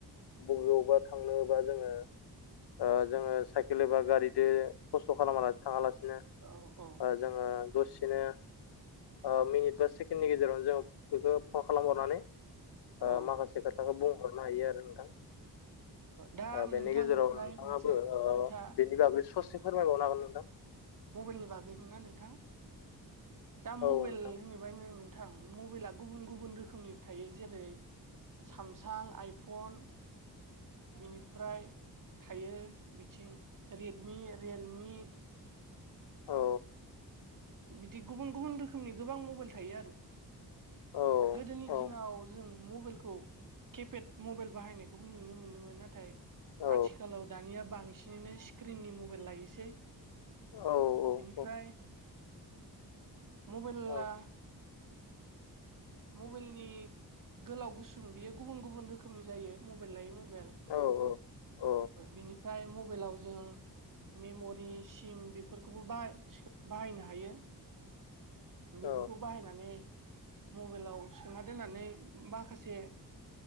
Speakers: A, on the left; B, on the right.
A: बबेयावबा थांनोबा जोङो। ओ जोङो साइकेल एबा गारिदो खस्थ' खालामानो थाङा लासि
B: औ औ
A: ओ जोङो दसेनो ओ मिनिट बा सेकेणडनि गेजेरावनो जों बेखौ फन खालामहरनानै। ओ
B: औ
A: माखासे खोथाखौ बुंहरनो हायो आरो नोंथां।
B: दा
A: ओ बेनि
B: नोंथां
A: गेजेराव
B: ओमफ्राय
A: नोंथाङाबो
B: मोनसे
A: ओ
B: खोथा
A: बेनि बागै ससे फोरमायबावनो हागोन नोंथां।
B: मबाइलनि बागै मोनना नोंथां। दा मबाइल
A: औ नोंथां
B: होनहैबानो मोनो थां मबाइला गुबुन गुबुन रोखोमनि थायो। जेरै सामसां, आइफन बिनिफ्राय थायो बिथिं रेडमि, रियेलमि
A: औ
B: बिदि गुबुन गुबुन रोखोमनि गोबां मबाइल थायो आरो।
A: औ
B: गोदोनि
A: औ
B: दिनाव जों मबाइलखौ केपेड मबाइल बाहायनायखौबो नुनो मोनोमोन। नाथाय
A: औ
B: आथिखालाव दानिया बांसि नि नो सिक्रिननि मबाइल लायोसै।
A: औ औ
B: निफ्राय मबेला
A: औ
B: मबाइलनि गोलाव गुसुं बियो गुबुन गुबुन रोखोमनि जायो मबाइल लायै मबाइल‌।
A: औ औ
B: बिनिफ्राय मबाइलाव जों मेमरि सिम बेफोरखौबो बाहाय बाहायनो हायो।
A: औ
B: बेफोरखौ बाहायनानै मबाइलाव सोना दोननानै माखासे